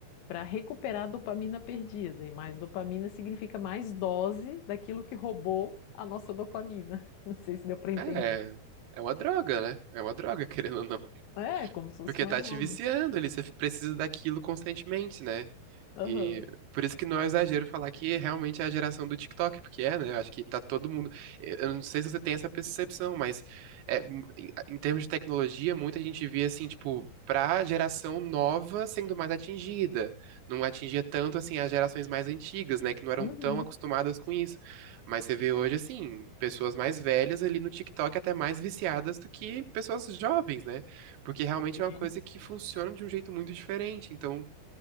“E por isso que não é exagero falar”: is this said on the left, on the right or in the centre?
Right